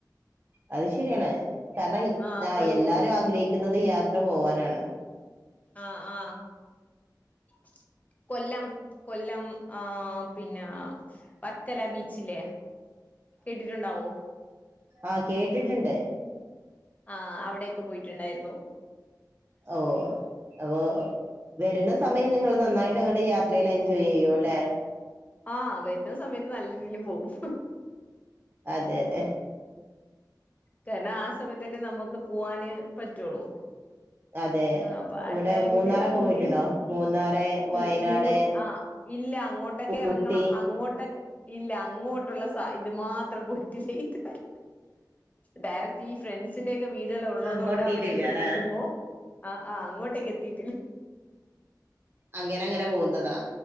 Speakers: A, on the right; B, on the left.
A: അഹ് ശരിയാണ് കരണം
B: ആഹ്
A: തായെ
B: കൊൽ
A: എല്ലാരും ആഗ്രഹിക്കുന്നത് യാത്ര പോവാനാണ്
B: ആ ആ <inaudible> കൊല്ലം കൊല്ലം ആ പിന്നെ വർക്കല ബീച്ചില്ലേ കേട്ടിട്ടുണ്ടാവും
A: ആഹ കേട്ടിട്ട്ണ്ട്
B: ആ അവിടെയൊക്കെ പോയിട്ടുണ്ടായിരുന്നു
A: ഓ അപൊ വെരുന്ന സമയം നിങ്ങള് നന്നായിട്ട് നിങ്ങളീ യാത്രയിൽ എൻജോയ് ചെയ്യും അല്ലെ
B: ആ വരുന്ന സമയത്ത് നല്ല രീതിൽ പോവും
A: അതെതെ
B: കാരണം ആ സമയത്തല്ലെ നമുക്ക് പൂവാന് പറ്റുള്ളൂ
A: അതെ
B: ആ പ്പൊ ആ
A: ഇവിടെ
B: ടൈമില്
A: മൂന്നാറൊക്കെ
B: ഈഇ
A: പോയിട്ടുണ്ടോ മൂന്നാറ് വയനാട്
B: മൂന്ന് ആ ഇല്ല അങ്ങോട്ടൊക്കെ ഇറങ്ങണം
A: ഊട്ടി
B: അങ്ങോട്ടൊക് ഇല്ല അങ്ങോട്ടുള്ള സ ഇത് മാത്രം പോയിട്ടില്ല ഇതുവരെ ഡയറക്ട് ഈ ഫ്രണ്ട്സിന്റെ ഒക്കെ വീടുകള് ഒള്ളതുകൊണ്ട്
A: അങ്ങോട്ടെത്തിയിട്ടില്ല
B: അവിടേക്ക്
A: അല്ലെ
B: പോകുമ്പോ അ അ അങ്ങോ ട്ടേക്കെത്തിയിട്ടില്ല
A: അങ്ങനെ അങ്ങനെ പോകുന്നതാ